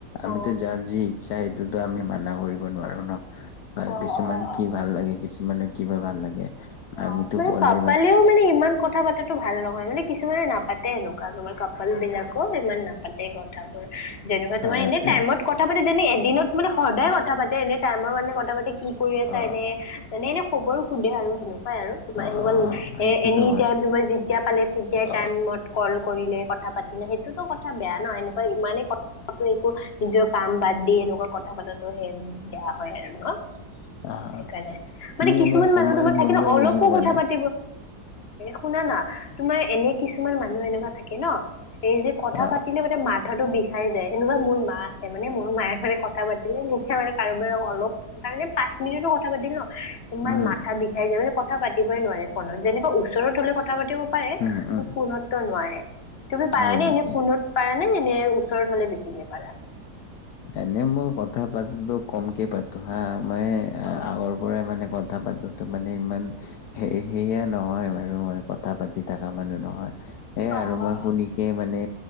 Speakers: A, on the left; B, on the left.
A: আমিতো
B: অ
A: যাৰ যি ইচ্ছা সেইটোতো আমি মানা কৰিব নোৱাৰো ন বা
B: অ অ
A: কিছুমান
B: অ
A: কি ভাল লাগে কিছুমানে কিবা ভাল লাগে।
B: অ
A: আমিতো
B: মানে
A: ক'লে
B: কাপালেও মানে ইমান কথা পাতো এইটো ভাল নহয়। মানে কিছুমানে নাপাতে এনেকুৱা তোমাৰ কাপাল বিলাকো ইমান নাপা পাতে কথা বোৰ যেনেকুৱা
A: সিহঁতে
B: তোমাৰ এনে টাইমত কথা পাতে যেনে এদিনত মানে সদায় কথা পাতে এনে টাইমৰ কাৰানে কথা পাতে কি কৰি আছা
A: অ
B: এনে মানে এনে খবৰ সোধে আৰু এনেকুৱাই আৰু তোমাৰ
A: অ
B: এনেকুৱা
A: সেইটোতো
B: এ এনি
A: হয়
B: টাইম তোমাৰ তেতিয়া পালে তেতিয়াই
A: অ
B: টাইমত কল কৰিলে কথা পাতিলে সেইটোতো কথা বেয়া নহ এনেকুৱা ইমানেই ক একো নিজৰ কাম বাদ দি সেনেকুৱা কথা পাতো সে বেয়া হয় আৰু ন।
A: আহ
B: সেইকাৰণে
A: তুমি
B: মানে কিছুমান
A: এনে সময়ৰ
B: মানুহ তোমাৰ থাকে
A: মূল্য
B: ন অলপো
A: বুজি পোৱা নে?
B: <inaudible> শুনা না তোমাৰ এনে কিছুমান মানুহ এনেকুৱা থাকে ন এই যে কথা
A: অ
B: পাতি কিন্তু মানে মাথাটো বিষাই যায় সেনেকুৱা মোৰ মা আছে মানে মোৰ মায়ে মানে কথা পাতিলে মুখেই মানে কাৰোবাৰ অলপ তাৰমানে পাঁচ মিনিটৰ কথা পাতি ন ইমান
A: উম
B: মাথা বিষাই যায় কথা পাতিবই নোৱাৰে ফোনত। যেনেকুৱা ওচৰত হলে কথা পাতিব। পাৰে
A: উম উম
B: ফোনত নোৱাৰে। তুমি পাৰানে
A: হয় নেকি?
B: এনে ফোনত পাৰা নে নে ওচৰত হলে বেছিকে পাৰা?
A: এনে মই কথা পাতো কমকে পাতো হা মই
B: অ
A: এই আগৰ পৰাই মানে কথা পাতো মানে ইমান সেই সেয়া নহয় বাৰু মই কথা পাতি থকা মানুহ নহয়। সেয়া
B: অ অ
A: আৰু মই শুনিকে মানে